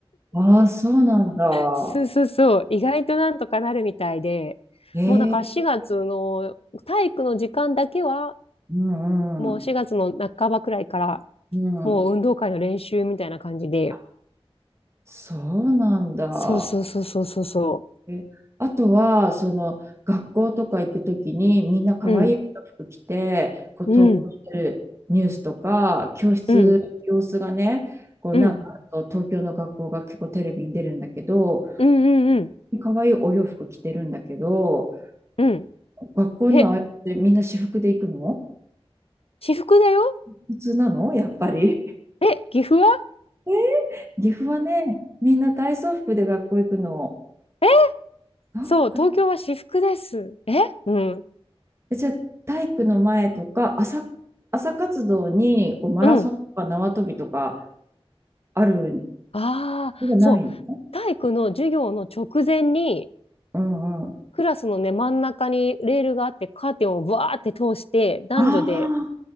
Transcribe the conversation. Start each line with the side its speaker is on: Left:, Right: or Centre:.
Right: あーそうなんだ。
Left: そうそうそう、意外となんとかなるみたいで、
Right: ええ
Left: もうだから4月の体育の時間だけは、
Right: うんうん。
Left: もう4月の半ばくらいから、
Right: うん。
Left: もう運動会の練習みたいな感じで、
Right: あ、そうなんだ。
Left: そうそうそうそうそうそ
Right: えあとは、その学校とか行くときにみんな可愛い服着て、
Left: う、うん、
Right: こう投稿してるニュースとか、
Left: うん、
Right: 教室、
Left: うん、
Right: 様子がね、こうなんかあると東京の学校が結構テレビに出るんだけど、
Left: うん、うん、うん、うん、
Right: 可愛いお洋服着てるんだけど、
Left: うん、
Right: 学校にはああやってみんな私服で行くの
Left: え、私服だよ
Right: 普通なのやっぱり。
Left: え、岐阜は
Right: <laughs> 岐阜はね、みんな体操服で学校行くの。
Left: え、
Right: そっか
Left: そう、東京は私服です。え、うん、
Right: えじゃあ体育の前とか朝、朝活動にこうマラソンとか縄跳びとか
Left: うん、
Right: ある
Left: ああ、
Right: それがないの
Left: そう、体育の授業の直前に、
Right: うんうん。あ
Left: クラスのね、真ん中にレールがあって、カーテンをバーって通して、男女で
Right: あ、